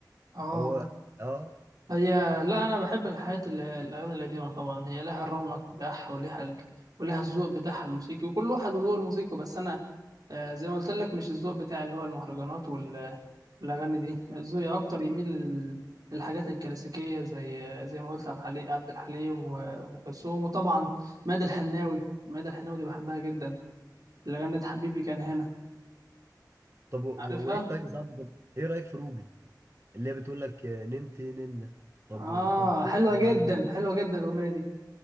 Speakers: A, on the right; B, on the right.
A: اه
B: هو اه
A: هي لا انا بحب الحياة ال- الاغاني القديمه طبعا هي لها الرونق بتاعها ولها ال... ولها الذوق بتاعها الموسيقي وكل واحد وذوق الموسيقى بس انا آه، زي ما قلت لك مش الذوق بتاع اللي هو المهرجانات وال... والاغاني دي ذوقي اكتر يميل لل... للحاجات الكلاسيكيه زي زي ما قلت عبد الحليم عبد الحليم وام كلثوم وطبعا مادة الحناوي مادة الحناوي دي بحبها جدا اللي غنت حبيبي كان هنا
B: طب و-
A: عارفها
B: و- وايه رايك يا صاحبي طب ايه رايك في روبي اللي هي بتقول لك آه، نمت ننه طب
A: اه
B: والحب
A: حلوه
B: إني
A: جدا
B: بن
A: حلوه جدا الاغنيه دي